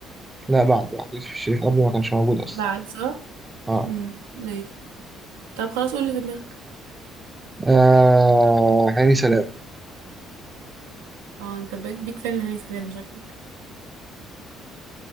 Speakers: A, on the right; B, on the right.
A: لا بعد واحد يوسف الشريف قبل ما كانش موجود أصلا
B: بعد صح؟
A: اه,
B: امم ماشي طب خلاص قول اللي في دماغك
A: آه هاني سلام
B: اه انت بيك بيك فان لهاني سلامة شكلك